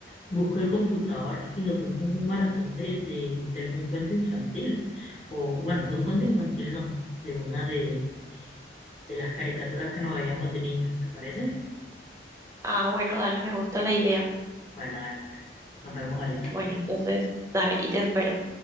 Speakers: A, on the left (about 35°); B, on the right (about 15°).
A: busco el computador y nos vemos un maratón de, de, de algún cuento infantil. O bueno, de un cuento infantil no, de una de, de las caricaturas que nos veíamos de niños. ¿Te parece?
B: Ah, bueno, dale, me gusta la idea.
A: Bueno, dale, pues. Nos vemos ahorita.
B: Bueno, entonces, dale, aquí te espero.